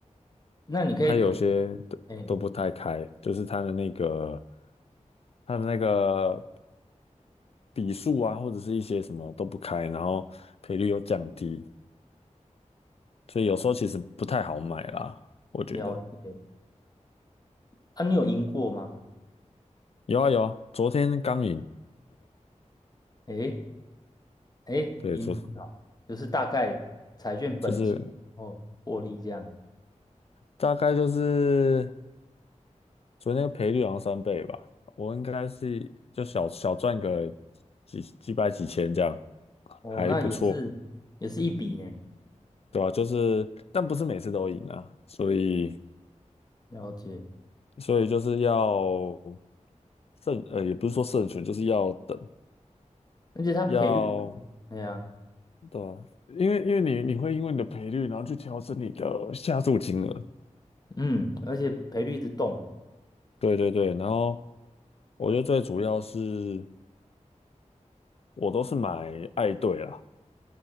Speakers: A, on the left (about 30°); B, on the left (about 50°).
A: 那你可以赌，
B: 它有些都都不太开，
A: 哎，
B: 就是它的那个它的那个笔数啊，或者是一些什么都不开，然后赔率又降低，所以有时候其实不太好买啦，我觉得。
A: 了解。啊，你有赢过吗？
B: 有啊有啊，昨天刚赢，
A: 哎，哎，
B: 对，
A: 赢多少？
B: 昨
A: 就是大概彩券本金哦，
B: 就是
A: 获利这样。
B: 大概就是昨天赔率好像三倍吧，我应该是就小小赚个几几百几千这样，
A: 哦，
B: 还不错，
A: 那也是也是一笔呢。
B: 对吧、就是但不是每次都赢啊，所以。
A: 了解，
B: 所以就是要慎，呃，也不是说慎选，就是要等，
A: 而且它赔率，
B: 要
A: 哎呀，
B: 对吧？因为因为你你会因为你的赔率，然后去调整你的下注金额。
A: 嗯，而且赔率一直动，
B: 对对对，然后我觉得最主要是我都是买爱队啦，